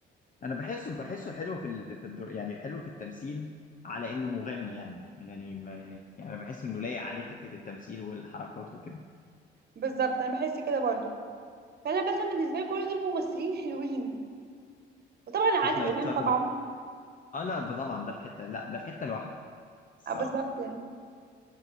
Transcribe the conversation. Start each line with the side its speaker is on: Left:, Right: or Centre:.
Left: انا بحسه بحسه حلو في ال... في الدور يعني حلو في التمثيل على انه مغني يعني يعني ما يعني انا بحس انه لايق عليه حته التمثيل والحركات وكده
Right: بالظبط انا بحس كده برضو فانا مثلا بالنسبة لي كل دول ممثلين حلوين وطبعا عادل
Left: اسمه
Right: امام
Left: طب-
Right: طبعا
Left: اه لا ده طبعا ده في حته لا ده في حته لوحده الصراحه
Right: اه بالظبط يعني